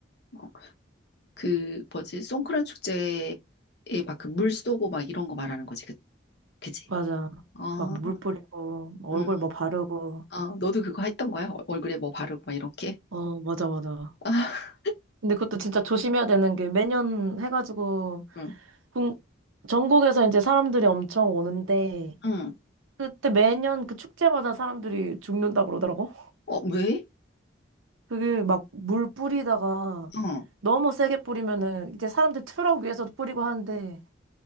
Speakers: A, on the left; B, on the right.
A: 어, 그, 뭐지, 송크란 축제에 막 그 물 쏘고 막 이런 거 말하는 거지, 그, 그지?
B: 맞아.
A: 아,
B: 막 물 뿌리고, 얼굴
A: 응.
B: 뭐 바르고.
A: 아, 너도 그거 했던 거야? 얼- 얼굴에 뭐 바르고 막 이렇게?
B: 어, 맞아, 맞아.
A: 아,
B: 근데 그것도 진짜 조심해야 되는 게 매년 해가지고,
A: <laughs> 응,
B: 국- 전국에서 이제 사람들이 엄청 오는데,
A: 응.
B: 그때 매년 그 축제마다 사람들이 죽는다고 그러더라고.
A: 어, 왜?
B: 그게 막 물 뿌리다가
A: 어,
B: 너무 세게 뿌리면은 이제 사람들 트럭 위에서도 뿌리고 하는데,